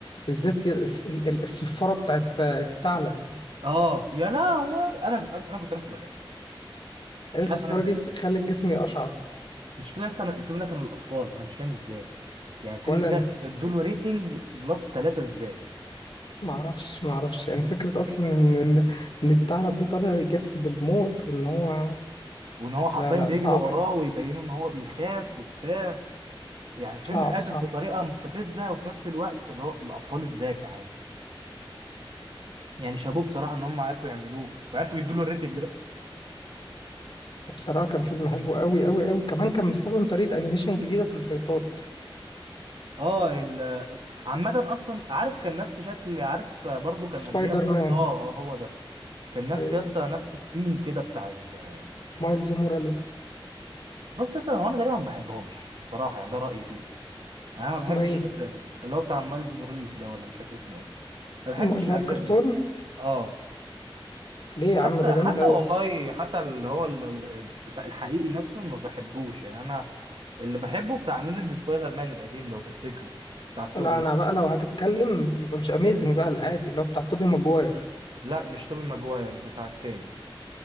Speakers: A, on the left; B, on the right.
A: بالذات ي- الس- ال- ال- الصفارة بتاعت الثعلب
B: اه يا لا هو انا انا كنت نفسي بخاف
A: أيوة،
B: مش
A: الصفارة
B: عارف انام بالليل
A: دي بتخلي الجسم يقشعر
B: المشكلة اصلا الفيلم ده كان للأطفال أنا مش فاهم إزاي يعني الفيلم
A: ولا أنا
B: ده ادوله ريتنج بلس ثلاثة إزاي
A: معرفش معرفش يعني فكرة أصلا إن إن إن الثعلب ده طالع يجسد الموت وإن هو
B: وإن هو حرفيا
A: لا لا
B: بيجري
A: صعب
B: وراه ويبينه إن هو بيخاف وبتاع يعني الفيلم
A: صعب
B: هادف
A: صعب
B: بطريقة مستفزة وفي نفس الوقت اللي هو الأطفال إزاي يا جدعان يعني شابوه بصراحة إن هم عرفوا يعملوه وعرفوا يدوله الريتنج ده
A: بصراحة كان فيلم حلو أوي أوي أوي كمان كان مستخدم طريقة أنيميشن جديدة في الفايتات
B: اه ال عامة أصلا عارف كان نفس شكل عارف برضو كان
A: سبايدر
B: قبليها بفضل
A: مان
B: اه اه هو ده كان نفس
A: أيوه
B: يا اسطى نفس السيم كده بتاع ال
A: مايلز موراليس
B: بص يا اسطى هو انا تقريبا ما بحبهمش بصراحه يعني ده رايي فيهم يعني انا ما بحبش
A: أما إيه
B: الاجزاء دي اللي هو بتاع مايلز موريلز ده ولا مش فاكر اسمه ايه ما بحبش
A: الم- اللي
B: الاجزاء
A: هو الكرتون
B: دي اه
A: ليه يا عم
B: حتى
A: ده جامد
B: حتى
A: أوي
B: والله حتى اللي هو ال- ال- بتاع الحقيقي نفسه ما بحبوش يعني انا اللي بحبه بتاع اميزنج سبايدر مان القديم لو تفتكره بتاع تو...
A: لا أنا بقى لو هتتكلم يبقى مش أميزنج بقى العادي اللي هو بتاع توبي ماجواير
B: لا مش توبي ماجواير بتاع التاني